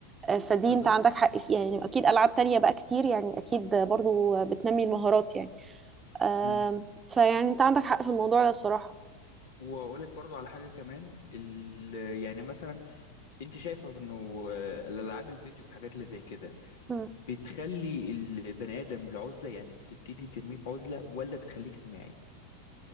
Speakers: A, on the right (about 20°); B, on the left (about 70°).
A: آه، فدي
B: بالظبط
A: انت عندك حق فيها يعني اكيد العاب تانية بقى كتير يعني اكيد برضو بتنمي المهارات يعني آم،
B: مم.
A: فيعني انت عندك حق في الموضوع ده بصراحة
B: واقول لك برضو على حاجه كمان ال... يعني مثلا انت شايفه انه آه، الالعاب الفيديو والحاجات اللي زي كده
A: مم.
B: بتخلي البني آدم لعزلة يعني بتبتدي ترميه في عزلة ولا بتخليه اجتماعي